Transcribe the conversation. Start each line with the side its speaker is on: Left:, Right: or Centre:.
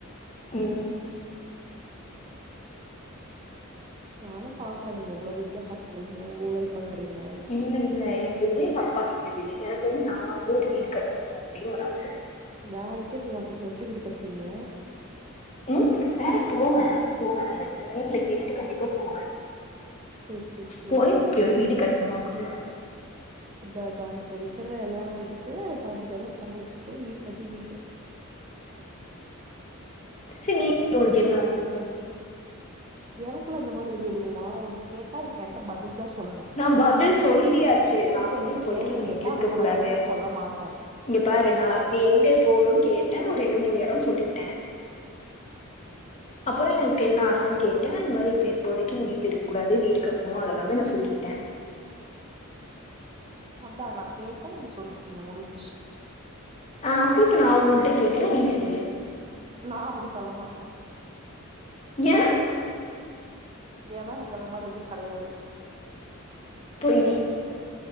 Left: ம்
Right: நானு பாக்றே நீங்க எவ்ளோ வீடுதா கட்றீங்க ஊழல் பண்றீங்க
Left: இல்ல இல்ல இது வந்து எங்க அப்பா கட்ன வீடு எனக்கு வந்து நா ஒரு வீடு கட்னோ அப்டின் ஒரு ஆச
Right: வேலைக்கே போமாட்டீங்க எப்டி வீடு கட்டுவீங்க
Left: ம் வேலைக்கு போவே போவே வீட்ல கேட்டுட்டு கண்டிப்பா போவே
Right: சேரி சேரி சேரி
Left: போய் இப்டி ஒரு வீடு கட்னோ அப்டினு ஒரு ஆச
Right: அதா அதா இப்ப விக்கிற எல்லா இதுக்கு பதினஞ்சாயிரூபா சம்பளத்துக்கு போய் வீடு கட்டிருவீங்க
Left: செரி நீ உனக்கு என்ன ஆசைன்னு சொல்
Right: எனக்குல அந்தமாரி எது இல்லை நா ஒன்னு கேட்டா அதுக் எங்கிட்ட பதில் தா சொல்னோ
Left: நா பதில் சொல்லியாச்சு நா வந்து
Right: என்கிட்ட
Left: இப்போதைக்கு
Right: கேள்வி
Left: எங்க வீட்ல
Right: கேட்டா
Left: ‌இருக்க
Right: அதுக்கான
Left: கூடாது
Right: பதில் நா சொல்ல மாட்டே
Left: இங்க பாரு நா நீ எங்க போவ்னு கேட்டே ஒரு ரெண்டு மூணு எடோ சொல்லிட்டோ அப்றோ எனக்கு என்ன ஆசை கேட்ட இந்மாரி இப்ப இப்போதைக்கு வீட்லயிருக்கூடாது வீடு கட்னோ அதெல்லாமே நா சொல்லிட்டே
Right: அதா நா கேட்டே நீங்க சொல்லிட்டீங்க முடிஞ்சு
Left: ஆ அப்போ இப்ப நா உன்கிட்ட கேக்றே நீ சொல்லு
Right: நா அப்டி சொல்ல மாட்டே
Left: ஏ
Right: ஏன்னா எனக்கு அந்தமாரி எதுவூ கெடையாது
Left: பொய்